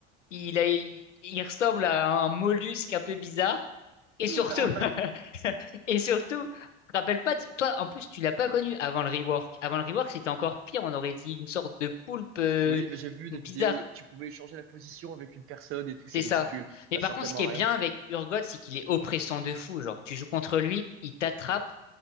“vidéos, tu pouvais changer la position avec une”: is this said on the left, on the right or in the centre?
Right